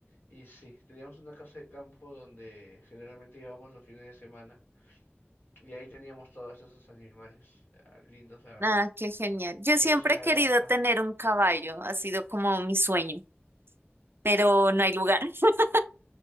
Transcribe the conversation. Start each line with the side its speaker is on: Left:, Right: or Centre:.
Left: y sí, teníamos una casa de campo donde generalmente íbamos los fines de semana. Y ahí teníamos todos esos animales, ah, lindos, la verdad.
Right: Ah, qué genial. Yo
Left: Tenemos
Right: siempre
Left: una
Right: he querido
Left: granja.
Right: tener un caballo, ha sido como mi sueño, pero no hay lugar, <laughs>